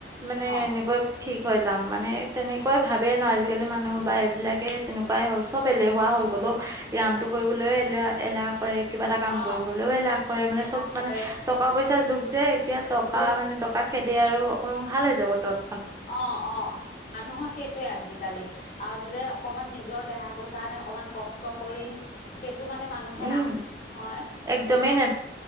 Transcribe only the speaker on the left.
অ',
অ',
এলাহ
কৰে
যোগ
অ', অ' মানুহৰ সেইটোৱে আজিকালি আৰু যে অকমান নিজৰ দেহাটোৰ কাৰণে অকমান কষ্ট কৰিম সেইটো মানে মান নুহে
নাভাবে নহয়,
এতিয়া